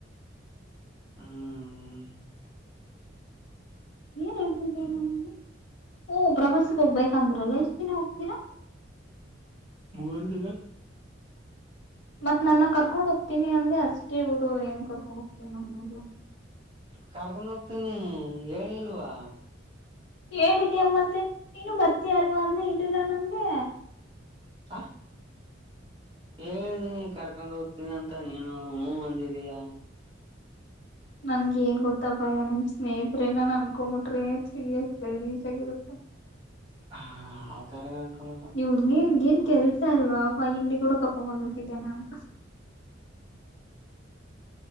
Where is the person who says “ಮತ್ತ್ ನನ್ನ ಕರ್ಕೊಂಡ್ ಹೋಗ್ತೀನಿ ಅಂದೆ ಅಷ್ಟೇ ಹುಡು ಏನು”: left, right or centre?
Left